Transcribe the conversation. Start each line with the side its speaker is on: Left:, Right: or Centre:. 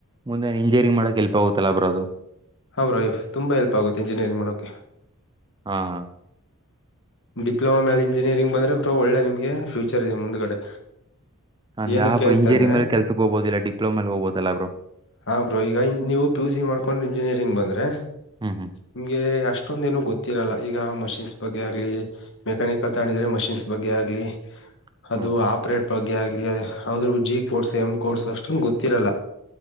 Right: ಮುಂದ ಇಂಜಿನಿಯರಿಂಗ್ ಮಾಡ ಹೆಲ್ಪ್ ಆಗುತ್ತೆ ಅಲ್ಲ ಬ್ರೋ ಅದು
Left: ಹಾ ಬ್ರೋ ತುಂಬಾ ಎಲ್ಪ್ ಆಗುತ್ತೆ ಇಂಜಿನಿಯರಿಂಗ್ ಮಾಡೋಕೆ
Right: ಹಾ ಹ
Left: ಡಿಪ್ಲೊಮ ಮೇಲೆ ಇಂಜಿನಿಯರಿಂಗ್ ಬಂದ್ರೆ ಬ್ರೋ ಒಳ್ಳೆ ನಿಮ್ಗೆ ಫ್ಯೂಚರ್ ಇದೆ ಮುಂದ್ಗಡೆ
Right: ಅಂದ
Left: ಏನಕ್ಕೆ
Right: ಆ ಬ್ರೋ
Left: ಅಂತ
Right: ಇಂಜಿನಿಯರಿಂಗ್
Left: ಅಂದ್ರೆ
Right: ಮೇಲೆ ಕೆಲ್ಸಕ್ಕೆ ಹೋಗ್ಬೋದಿಲ್ಲ ಡಿಪ್ಲೊಮಲ್ಲಿ ಹೋಗ್ಬೋದಲ್ಲ ಬ್ರೋ
Left: ಹ ಬ್ರೋ ಈಗ ನೀವು ಪಿ ಯು ಸಿ ಮಾಡ್ಕೊಂಡ್ ಇಂಜಿನಿಯರಿಂಗ್ ಬಂದ ಹಾ
Right: ಹ್ಮ್
Left: ನಿಮ್ಗೆ ಅಷ್ಟೊಂದೇನ ಗೊತ್ತಿರಲ್ಲ ಈಗ ಮಷಿನ್ಸ್ ಬಗ್ಗೆ ಆಗ ಆಲಿ ಮೆಕ್ಯಾನಿಕಲ್ ತಾಣಿದ್ರೆ ಮಷಿನ್ಸ್ ಬಗ್ಗೆ ಆಗ್ಲಿ
Right: ಹ್ಮ್
Left: ಅದು ಆಪ್ರೇಟ್ ಬಗ್ಗೆ ಆ ಇ ಹದ್ರು ಜಿ ಕೋರ್ಸ್ ಎಮ್ ಕೋರ್ಸ್ ಅಷ್ಟೊ ಗೊತ್ತಿರಲ್ಲ